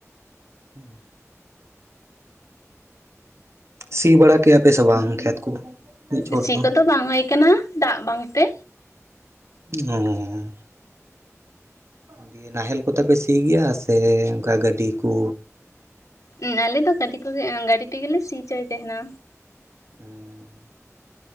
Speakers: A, on the right; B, on the left.
A: <inaudible> ᱥᱤ ᱵᱟᱲᱟ ᱠᱮᱭᱟᱯᱮ ᱥᱮ ᱵᱟᱝ ᱠᱷᱮᱛ ᱠᱚ? ᱢᱤᱫ ᱪᱷᱚᱴ
B: ᱥᱤ
A: ᱫᱚ
B: ᱠᱚᱫᱚ ᱵᱟᱝ ᱦᱩᱭᱠᱟᱱᱟ ᱫᱟᱜ ᱵᱟᱝᱛᱮ᱾
A: ᱚᱻ ᱫᱤᱭᱮ ᱱᱟᱦᱮᱞ ᱠᱚᱛᱟᱯᱮ ᱥᱤ ᱜᱮᱭᱟ ᱥᱮ ᱚᱝᱠᱟ ᱜᱟᱹᱰᱤ ᱠᱩ?
B: ᱩᱸ ᱟᱞᱮ ᱫᱚ ᱜᱟᱹᱰᱤ ᱠᱚᱜᱮ ᱮᱸ ᱜᱟᱹᱰᱤ ᱛᱮᱜᱮ ᱥᱤᱪᱚᱭ ᱛᱟᱦᱮᱱᱟ᱾
A: ᱦᱮᱸ